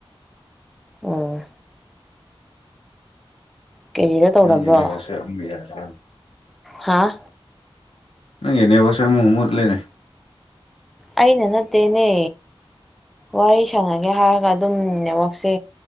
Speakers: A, in the centre; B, on the left.
A: ꯑꯣ ꯀꯦꯖꯤꯗ ꯇꯧꯗꯕ꯭ꯔꯣ
B: ꯅꯪꯒꯤ ꯅꯦꯠꯋꯥꯛꯁꯦ <unintelligible>
A: ꯍꯥꯥ
B: ꯅꯪꯒꯤ ꯅꯦꯋꯥꯛꯁꯦ ꯑꯃꯨꯛ ꯃꯨꯠꯂꯦꯅꯦ
A: ꯑꯩꯅ ꯅꯠꯇꯦꯅꯦ ꯋꯥꯔꯤ ꯁꯥꯟꯅꯒꯦ ꯍꯥꯏꯔ ꯑꯗꯨꯝ ꯅꯦꯠꯋꯥꯛꯁꯦ